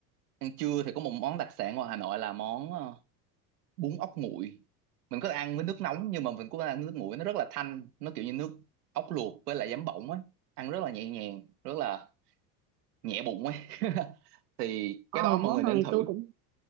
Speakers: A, on the right; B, on the right.
A: Ăn trưa thì có một món đặc sản ngoài Hà Nội là món ờ, bún ốc nguội. Mình có thể ăn với nước nóng nhưng mà mình cũng có thể ăn với nước nguội nó rất là thanh, nó kiểu như nước ốc luộc với lại giấm bỗng ấy, ăn rất là nhẹ nhàng, rất là nhẹ bụng ấy. <laughs> Thì
B: ờ
A: cái đó
B: món
A: mọi người
B: này
A: nên thử.
B: tôi cũng